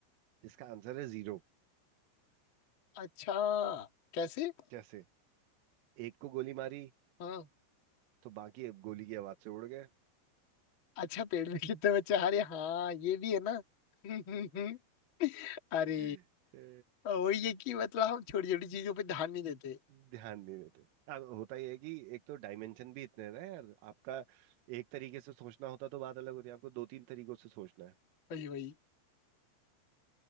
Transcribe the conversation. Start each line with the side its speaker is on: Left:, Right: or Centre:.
Right: इसका आंसर है जीरो
Left: अच्छा कैसे
Right: कैसे एक को गोली मारी
Left: हाँ।
Right: तो बाकी अब गोली की आवाज से उड़ गए
Left: अच्छा पेड़ में कितने बच्चे अरे हाँ ये भी है ना <laughs> अरे
Right: <laughs> ए,
Left: वही है कि मतलब हम छोटी छोटी चीजों पे ध्यान नहीं देते
Right: ध्यान नहीं देते अब होता ही है कि एक तो डायमेंशन भी इतने हैं ना यार आपका एक तरीके से सोचना होता तो बात अलग होती है आपको दो तीन तरीकों से सोचना है
Left: वही वही